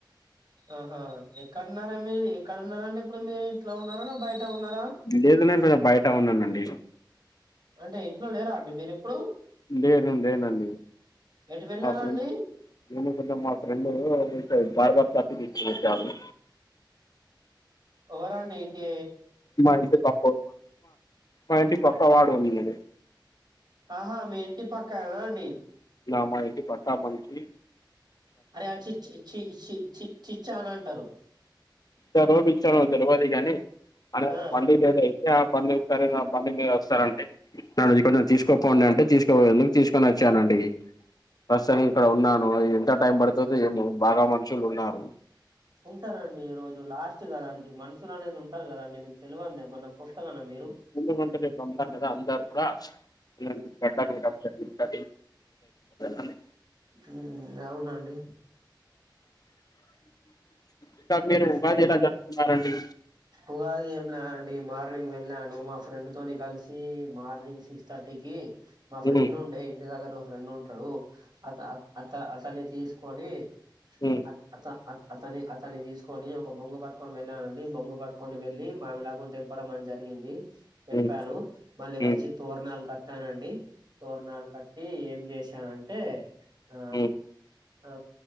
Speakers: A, on the right; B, on the left.
A: ఆహా ఎక్కడున్నార మీరు ఎక్కడున్నారాండీ ఇప్పుడు మీరు ఇంట్లో ఉన్నార లేక్ బయట ఉన్నారా
B: లేదు నేను బయట ఉన్నానండి
A: అంటే ఇంట్లో లేరా అండి మీరు ఎప్పుడు
B: లేదు లేనండి
A: ఎటు వెళ్ళారా
B: మా ఫ్రెం
A: అండి
B: నేను కొంచం మా ఫ్రెండు బార్ బార్ <unintelligible>
A: ఓవరండి మీ ఏంది
B: మా ఇంటి పక్క మా ఇంటి పక్క వాడుంన్నది
A: ఆహా మీ ఇంటి పక్కనా అండి
B: నా మా ఇంటి పక్క మంచి
A: అరే ఆ చి చి చి చి యి చి చిచ్చా అని అంటారు
B: ఇ రోపిచ్చాను తెలువది గాని అడ
A: ఆ
B: వండి లేదయి ఆ పండిస్తార నా బండి మీద వస్తారంటే నన్ను ఇకడ్ నుంచి తీసుకోపొండంటే అంటే తీసుకోపోయిండు తీసుకొ వచ్చి వచ్చానండి ప్రస్తుతనికి ఇక్కడ ఉన్నాను అద్ ఎంత టైం పడుతుంది ఏమో బాగా మనుషులు ఉన్నారు
A: ఉంటారండి ఈ రోజు లాస్ట్ కదండి మనుషులు అనేది ఉంటారు కదండి మీకు తెలిన్ దా ఎమన్నా కొత్తగన మీరు
B: ఎందుకంటే రేప్ రంజాన్ కదా అందరు కూడా <inaudible> కుంటర్ కద్ అండి
A: ఉమ్ అవునండి
B: ఇంకా మీరు
A: ఉహుమ్
B: ఉగాది ఎలా జరుపుకున్నారండి
A: ఉగాది ఎంలేదండీ నింగ్ వెళ్ళాను మా ఫ్రెండ్ తోని కలిసి మార్నింగ్ సిక్స్ థర్టీకి మా ఫ్రెండ్
B: ఉమ్,
A: ఉండే ఇండీ దగర ను్ ఫ్రెండ్ ఉంటాడు అత అ అతన్ని తీసుకొని
B: ఉమ్,
A: అ అత అతని అతన్ని తీసుకొని ఒక బొంగు పట్టుకొని వెళ్ళానండి బొంగు పట్టుకొని వెళ్ళి మామిడాకులు తెంపడం అని జరిగింది తెంపాను
B: ఉమ్,
A: మళ్ళీ
B: ఉమ్,
A: వచ్చి తోరనాలు కట్ తానండి తోరణాలు కట్టి ఏం చేశానంటే ఆ
B: ఉమ్,
A: ఆ